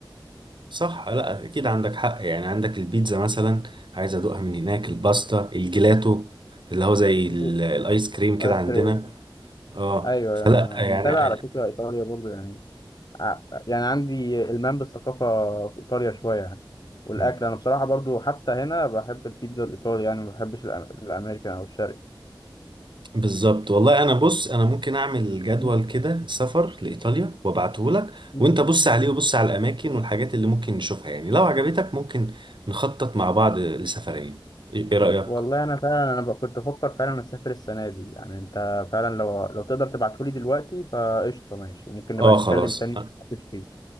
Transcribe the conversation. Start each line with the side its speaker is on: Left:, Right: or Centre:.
Right: صح لا اكيد عندك حق يعني عندك البيتزا مثلا عايز ادوقها من هناك الباستا الجيلاتو اللي هو زي ال-
Left: دي-
Right: الايس كريم كده
Left: ايس
Right: عندنا
Left: كريم
Right: اه
Left: ايوه
Right: فلا
Left: انا
Right: يعني
Left: متابع على
Right: ال-
Left: فكره ايطاليا برضو يعني ع- يعني عندي المام بالثقافه في ايطاليا شويه يعني والاكل
Right: م.
Left: انا بصراحه برضو حتى هنا بحب البيتزا الايطالي يعني ما بحبش الأم- الامريكان او الشرقي
Right: بالظبط والله انا بص انا ممكن اعمل جدول
Left: مم.
Right: كده سفر لايطاليا وابعته لك
Left: مم.
Right: وانت بص عليه وبص على الاماكن والحاجات اللي ممكن نشوفها يعني لو عجبتك ممكن نخطط مع بعض لسفرية ايه إيه رأيك
Left: والله انا فعلا انا ب- كنت بفكر فعلا اسافر السنه دي يعني انت فعلا لو لو تقدر تبعتهولي دلوقتي فقشطه ماشي وممكن نبقى
Right: اه
Left: نتكلم
Right: خلاص
Left: تاني فيه